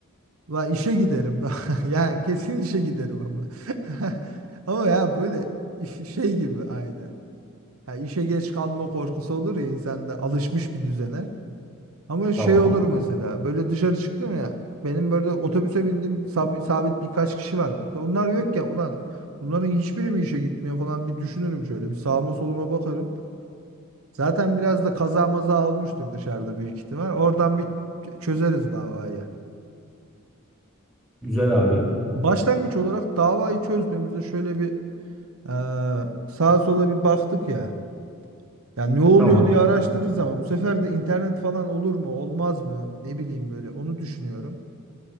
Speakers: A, on the right; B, in the centre.
A: Lan işe giderim daha. <laughs> Yani kesin işe giderim ama. <laughs> Ama ya böyle iş- şey gibi aynı. Ya işe geç kalma korkusu olur ya insanda alışmış bir düzene. Ama şey
B: Tamam.
A: olur mesela böyle dışarı çıktım ya benim böyle otobüse bindiğim sab- sabit, birkaç kişi var burada. Onlar yokken ulan bunların hiçbiri mi işe gitmiyor falan bir düşünürüm şöyle bir sağıma soluma bakarım. Zaten biraz da kaza maza olmuştur dışarıda büyük ihtimal. Oradan bir çözeriz davayı.
B: Güzel abi.
A: Başlangıç olarak davayı çözdüğümüzde şöyle bir eee, sağa sola bir baktık ya. Yani ne oluyor
B: Tamam.
A: diye araştırırız ama bu sefer de internet falan olur mu olmaz mı ne bileyim böyle onu düşünüyorum.